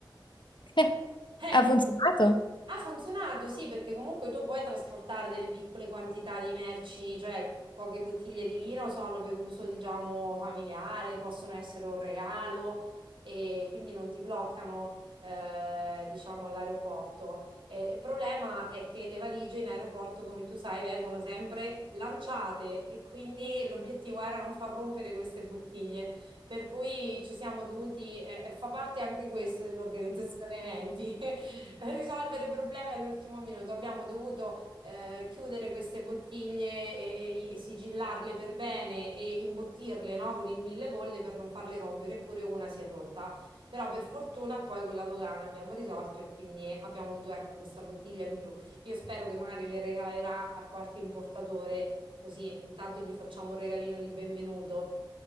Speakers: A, on the left; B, on the right.
A: <laughs> Eh,
B: Eh,
A: ha funzionato?
B: ha funzionato, sì, perché comunque tu puoi trasportare delle piccole quantità di merci, cioè poche bottiglie di vino sono per uso, diciamo, familiare, possono essere un regalo e quindi non ti bloccano, eh, diciamo, all'aeroporto. Eh, il problema è che le valigie in aeroporto, come tu sai, vengono sempre lanciate e quindi l'obiettivo era non far rompere queste bottiglie, per cui ci siamo dovuti, eh, fa parte anche questo dell'organizzazione eventi. <laughs> Per risolvere problemi all'ultimo minuto. Abbiamo dovuto eh, chiudere queste bottiglie e, e- e sigillarle per bene e imbottirle, no, con il mille bolle per non farle rompere, eppure una si è rotta. Però per fortuna poi con la dogana abbiamo risolto e quindi abbiamo avuto ecco, questa bottiglia in più. Io spero che magari le regalerà a qualche importatore, così intanto gli facciamo un regalino di benvenuto.